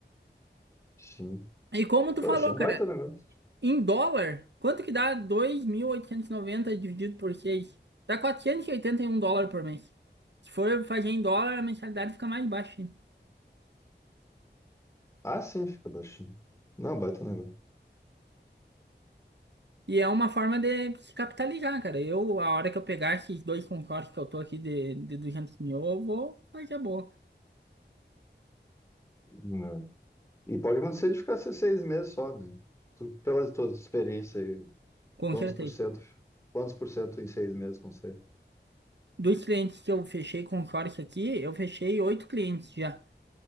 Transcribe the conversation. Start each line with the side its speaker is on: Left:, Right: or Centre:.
Left: Sim.
Right: E como tu
Left: Pô,
Right: falou,
Left: achei um
Right: cara,
Left: baita negócio.
Right: Em dólar, quanto que dá 2.890 dividido por seis Dá quatrocentos e e oitenta e um dólares por mês. Se for fazer em dólar, a mensalidade fica mais baixa. ainda.
Left: Ah, sim, fica baixinho. Não, é um baita negócio.
Right: E é uma forma de se capitalizar, cara. Eu, a hora que eu pegar esses dois consórcios que eu tô aqui de, de 200 mil, eu vou fazer a boa.
Left: Né? E pode acontecer de ficar se- seis meses só, né? Tu, pelas tuas experiências aí,
Right: Com
Left: quantos
Right: certeza.
Left: por cento, quantos por cento em seis meses consegue?
Right: Dos clientes que eu fechei consórcio aqui, eu fechei oito clientes já.